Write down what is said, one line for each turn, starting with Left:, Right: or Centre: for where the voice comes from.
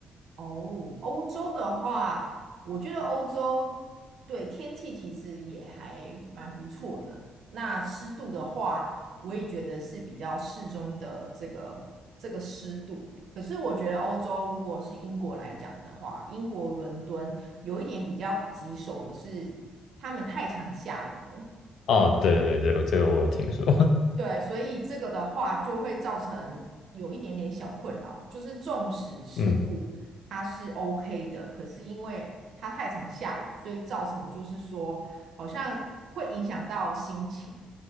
Right: 哦，欧洲的话，我觉得欧洲对天气其实也还蛮不错的。那湿度的话，我也觉得是比较适中的这个这个湿度。可是我觉得欧洲如果是英国来讲的话，英国伦敦有一点比较棘手的是，他们太常下雨了。
Left: 哦，对对对，这个我有听说，<laughs>
Right: 对，所以这个的话就会造成有一点点小困扰，就是纵使湿度它是
Left: 嗯，
Right: OK 的，可是因为它太常下雨，所以造成就是说好像会影响到心情，